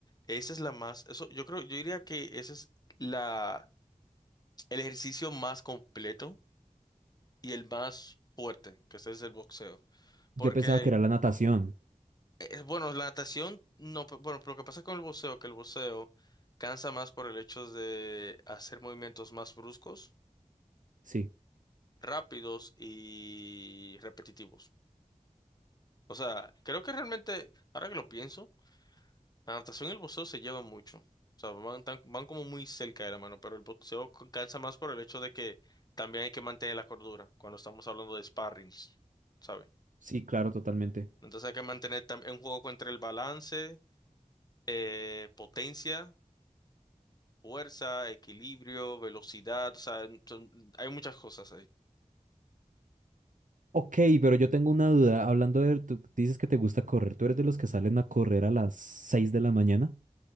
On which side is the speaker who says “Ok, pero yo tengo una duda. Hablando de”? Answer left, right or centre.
Right